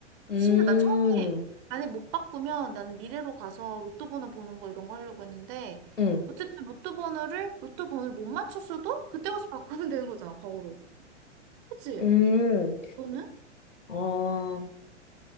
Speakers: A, on the left; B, on the right.
A: 음,
B: 심지어 나 처음에 만약 못 바꾸면 나는 미래로 가서 로또 번호 보는 거 이런 거 하려고 했는데
A: 응,
B: 어쨌든 로또 번호를 로또 번호를 못 맞췄어도 그때 가서 바꾸면 되는 거잖아 과거로 그치?
A: 음,
B: 너는?
A: 어,